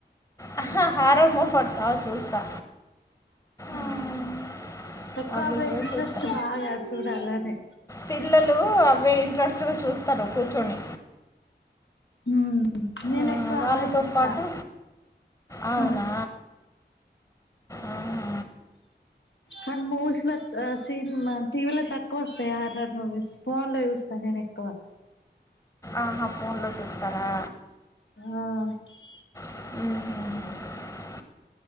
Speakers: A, on the left (about 15°); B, on the left (about 80°).
A: అహ్హాహ్హా హార్రర్ మూవ్ ఫడ్స్ ఆల్ చూస్తా. ఉమ్,
B: ఆహా ఎక్కువ
A: అవి
B: అవే
A: కూడా
B: ఇంట్రెస్ట్
A: చూస్తా
B: బాగా చూడాలని.
A: పిల్లలు అవే ఇంట్రెస్ట్గా చూస్తారు కూర్చొని
B: మ్ నేను
A: ఉమ్,
B: ఎక్కువ
A: వాళ్ళతో
B: అవే చూస్తా
A: పాటు అవునా
B: ఉమ్
A: ఆహా.
B: కొన్ని మూవీస్ లో సీన్ టీవీలో తక్కువ వస్తాయి ఆర్ఆర్ మూవీస్ ఫోన్ లో చూస్తా నేను ఎక్కువ
A: ఆహా ఫోన్ లో చూస్తారా
B: ఆ
A: ఉహూ